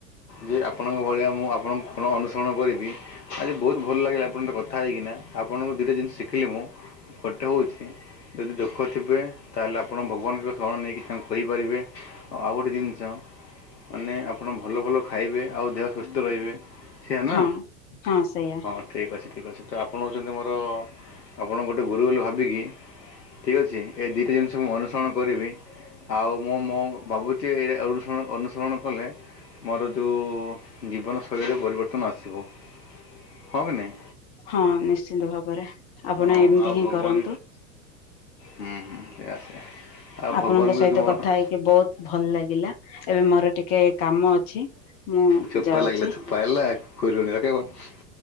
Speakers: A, on the left; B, on the left.
A: ଯେ ଆପଣଙ୍କ ଭଳିଆ ମୁଁ ଆପଣଙ୍କ ଗୁଣ ଅନୁସରଣ କରିବି। ଆଜି ବହୁତ୍ ଭଲ ଲାଗିଲା ଆପଣଙ୍କ ସହିତ କଥା ହେଇକିନା। ଆପଣଙ୍କଠୁ ଦୁଇଟା ଜିନିଷ ଶିଖିଲି ମୁଁ। ଗୋଟେ ହୋଉଚି ଯଦି ଦୁଃଖ ଥିବେ ତାହେଲେ ଆପଣ ଭଗବାନଙ୍କ ଶରଣ ନେଇକି ତାଙ୍କୁ କହି ପାରିବେ। ଆଉ ଗୋଟେ ଜିନିଷ ମାନେ ଆପଣ ଭଲ ଭଲ ଖାଇବେ। ଆଉ ଦେହ ସୁସ୍ଥ ରହିବେ। ସେଇଆ ନା
B: ହଁ ହଁ ସେଇଆ
A: ହଁ ଠିକ୍ ଅଛି ଠିକ୍ ଅଛି। ତ ଆପଣ ହୋଉଚନ୍ତି ମୋର ଆପଣଙ୍କୁ ଗୋଟେ ଗୁରୁ ବୋଲି ଭାବିକି ଠିକ୍ ଅଛି। ଏ ଦିଟା ଜିନିଷମୁଁ ଅନୁସରଣ କରିବି। ଆଉ ମୁଁ ମୋ ଭାବୁଚି ଏଇ ଅନୁସରଣ କଲେ। ମୋର ଯୋଉଁ ଜୀବନଶୈଳୀରେ ପରିବର୍ତ୍ତନ ଆସିବ। ହଁ କି ନାହିଁ?
B: ହଁ ନିଶ୍ଚିନ୍ତ ଭାବରେ। ଆପଣ
A: ହଁ
B: ଏମିତି
A: ଆଉ
B: ହିଁ
A: ଭଗବାନ
B: କରନ୍ତୁ।
A: ହୁଁ ହୁଁ ସେଇଆା ସେଇଆ। ଆଉ
B: ଆପଣଙ୍କ
A: ଭଗବାନଙ୍କୁ
B: ସହିତ
A: ଯଦି ମନ
B: କଥା ହେଇକି ବହୁତ ଭଲ ଲାଗିଲା। ଏବେ ମୋର ଟିକିଏ କାମ ଅଛି। ମୁଁ
A: ଚୋପା
B: ଯାଉଚି।
A: <inaudible>